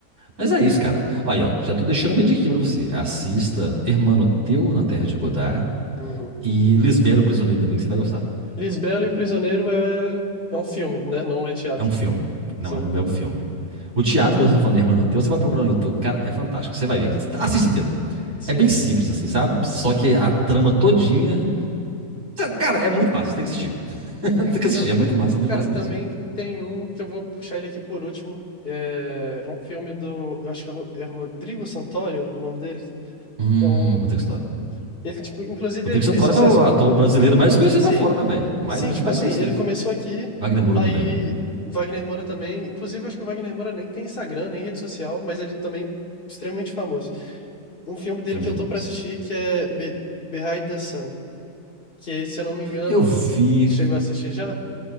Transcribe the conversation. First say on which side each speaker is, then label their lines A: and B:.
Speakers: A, on the right (about 50°); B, on the left (about 35°).
A: Mas é isso, cara. Olha, ó, já tô deixando a minha dica pra você. Assista Hermano Teu na Terra de Godard
B: Uhum.
A: e Lisbela, o Prisioneiro também, que você vai gostar.
B: Lisbela e o Prisioneiro é, é um filme, né? Não é teatro.
A: É um filme. Não,
B: Sim,
A: é um, é um filme. O teatro que eu tô falando, Hermano Teu, você vai procurar no YouTube. Cara, é fantástico. Você vai ver. Assista primeiro.
B: sim,
A: É bem simples,
B: sim.
A: assim, sabe? Só que a trama todinha... Cara, é muito massa. Tem que assistir.
B: Uhum.
A: <laughs> Tem
B: Então,
A: que assistir. É muito massa, muito
B: cara,
A: massa
B: também
A: mesmo.
B: tem um que eu vou puxar ele aqui por último. É, é um filme do. Eu acho que é Ro- é Rodrigo Santoro, o nome dele.
A: Hum,
B: É um.
A: Rodrigo Santoro.
B: Ele, tipo, inclusive,
A: Rodrigo
B: ele fez
A: Santoro
B: sucesso.
A: é o ator brasileiro mais conhecido
B: Sim.
A: lá fora, né, velho? Mais,
B: Sim,
A: um dos
B: tipo
A: mais
B: assim,
A: conhecidos.
B: ele começou aqui,
A: Wagner Moura
B: aí
A: também.
B: Wagner Moura também. Inclusive, eu acho que o Wagner Moura nem tem Instagram, nem rede social, mas ele também é extremamente famoso. Um filme dele
A: Extremamente
B: que eu tô
A: famoso.
B: pra assistir que é Be Behind the Sun, que, se eu não me engano,
A: Eu vi
B: chegou a assistir já.